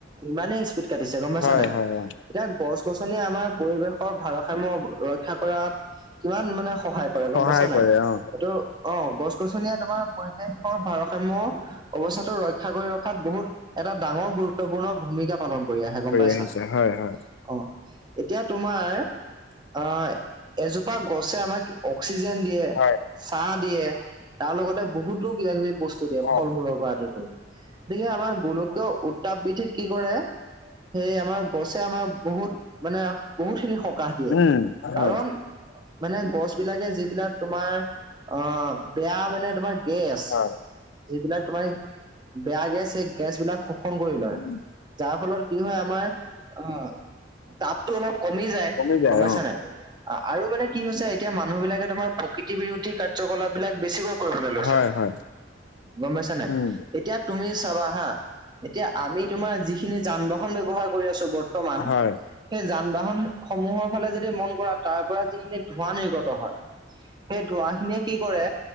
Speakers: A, on the right; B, on the left.
A: ইমানেই স্পীড কাটিছে গম পাইছা
B: হয়
A: নাই
B: হয় অ
A: এতিয়া গছ গছনি আমাৰ পৰিৱেশৰ ভাৰসাম্য ৰক্ষা কৰাত কিমান মানে সহায় কৰে গম
B: সহায়
A: পাইছা নাই
B: কৰে অ
A: এইটো অহ গছ গছনিয়ে তোমাৰ পৰিৱেশৰ ভাৰসাম্য অৱস্থাটো ৰক্ষা কৰি ৰখাত বহুত এটা ডাঙৰ গুৰুত্বপূৰ্ণ ভূমিকা। পালন কৰি আহে গম পাইছা
B: আহিছে হয় হয়
A: অহ এতিয়া তোমাৰ অহ এজোপা গছে আমাক অক্সিজেন দিয়ে
B: হয়
A: ছাহ দিয়ে। তাৰ লগতে বহুতো কিবা কিবি বস্তু দিয়ে ফল
B: অ
A: মূলৰ পৰা আদি কৰি গতিকে আমাৰ গোলকীয় উ তাপ বৃদ্ধিত কি কৰে সেই আমাৰ গছে আমাৰ বহুত মানে বহুত খিনি সকাহ দিয়ে
B: উম হয়
A: কাৰণ মানে গছ বিলাকে যিবিলাক তোমাৰ অহ বেয়া মানে তোমাৰ গেছ
B: হয়
A: যিবিলাক তোমাৰ বেয়া গেছ সেই গেছ বিলাক শো শোষণ কৰি লয়
B: উম
A: যাৰ ফলত কি হয় আমাৰ আহ তাপটো অলপ কমি যায়
B: কমি
A: গম পাইছা
B: অ
A: নে নাই? আৰু মানে কি হৈছে এতিয়া মানুহ বিলাকে তোমাৰ প্ৰকৃতি বিৰোধী কাৰ্যকলাপ বিলাক বেছিকৈ কৰিবলৈ লৈছে।
B: হয় হয়
A: গম পাইছা নাই
B: উম
A: এতিয়া তুমি চাবা হা এতিয়া আমি তোমাৰ যিখিনি যান বাহন ব্যৱহাৰ কৰি আছো বৰ্তমান,
B: হয়
A: সেই যান বাহন সমূহৰ ফালে যদি মন কৰা তাৰ পৰা যিখিনি ধোঁৱা নিৰ্গত হয় সেই ধোঁৱা খিনিয়ে কি কৰে।